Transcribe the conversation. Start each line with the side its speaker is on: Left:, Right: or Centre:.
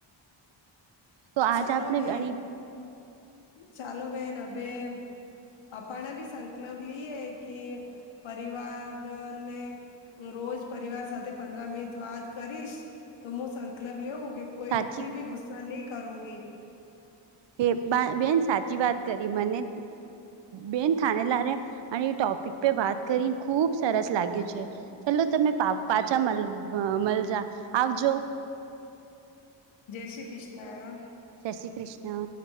Right: તો આજ
Left: ચાલો
Right: આપણે
Left: બેન
Right: અણી
Left: ચાલો બેન અબે આપણે બી સંકલપ લિયે કે પરિવાર ને રોજ પરિવાર સાથે પંદર મિનિટ વાત કરીશ તો મુું સંકલપ લેવું કે કોઈથી
Right: સાચી
Left: ભી ગુસ્સા ની કરુંગી
Right: કે બા બેન સાચી વાત કરી મને બેન થાણે લારે અને ટોપિક પે વાત કરીને ખુબ સરસ લાગ્યું છે ચલો તમે પા પાછા મળ મલજા આવજો
Left: જય શ્રી કૃષ્ણ
Right: જય શ્રી કૃષ્ણ